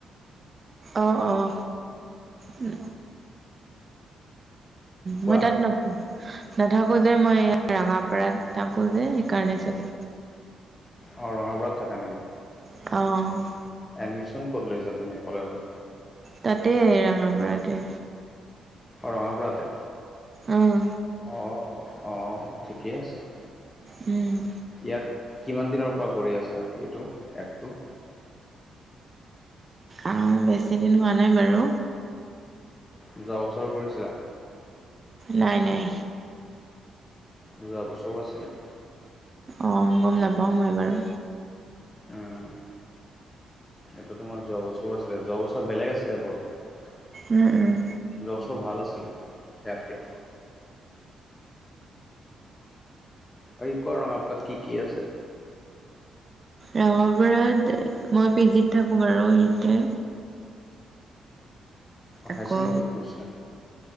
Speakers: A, on the right; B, on the left.
A: অ অ উম মই
B: কোৱা
A: তাত না নাথাকো যে মই ৰাঙাপাৰাত থাকো যে সেইকাৰণে চাগে
B: অ ৰঙাপাৰাত থাকা নিকি
A: অঁ
B: এডমিশন ক'ত লৈছা তুমি কলেজত
A: তাতে ৰাঙাপাৰাতে
B: অঁ ৰঙাপৰাতে
A: উম,
B: অ অঁ ঠিকেই আছে
A: উম
B: ইয়াত কিমান দিনৰ পৰা কৰি আছা এইটো এপটো
A: আহ, বেছি দিন হোৱা নাই বাৰু
B: যোৱা বছৰ কৰিছিলা
A: নাই নাই
B: যোৱা বছৰো আছিলে
A: অঁ গম নাপাওঁ মই বাৰু
B: উম এইটো তোমাৰ যোৱা বছৰো আছিলে যোৱা বছৰ বেলেগ আছিলে বাৰু
A: উম উম
B: যোৱা বছৰ ভাল আছিলে ইয়াতকে আৰু কোৱা ৰঙাপাৰত কি কি আছে
A: ৰঙাপাৰাত মই পি জিত থাকোঁ বাৰু ইয়াতে আকৌ
B: হায়াৰ ছেকেণ্ডেৰী ক'ত পঢ়িছিলা